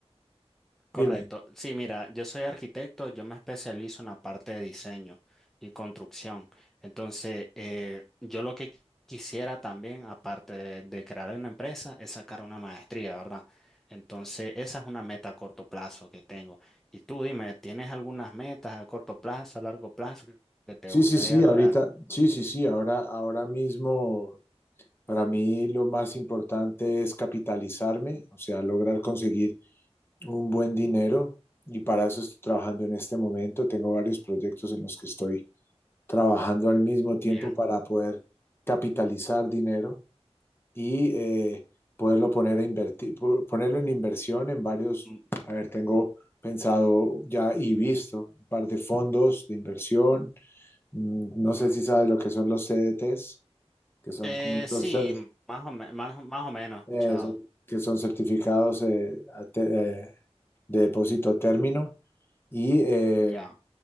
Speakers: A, in the centre; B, on the left.
A: Correcto.
B: Dime.
A: Sí, mira, yo soy arquitecto, yo me especializo en la parte de diseño y construcción. Entonces, eh, yo lo que quisiera también, aparte de, de crear una empresa, es sacar una maestría, ¿verdad? Entonces, esa es una meta a corto plazo que tengo. Y tú dime, ¿tienes algunas metas a corto plazo, a largo plazo que te
B: Sí,
A: gustaría
B: sí, sí,
A: lograr?
B: ahorita, sí, sí, sí, ahora, ahora mismo para mí lo más importante es capitalizarme, o sea, lograr conseguir un buen dinero y para eso estoy trabajando en este momento, tengo varios proyectos en los que estoy trabajando al mismo tiempo
A: Bien.
B: para poder capitalizar dinero y eh, poderlo poner a invertir, po- ponerlo en inversión en varios,
A: Mm,
B: a ver, tengo pensado ya y visto un par de fondos de inversión. Mm, No sé
A: wow.
B: si sabes lo que son los CDTs, que son
A: Eh,
B: como estos,
A: sí,
B: cer-
A: más o, me- más, o- más o menos he escuchado.
B: eh, son- que son certificados eh, a te- eh, de depósito a término y eh,
A: Ya,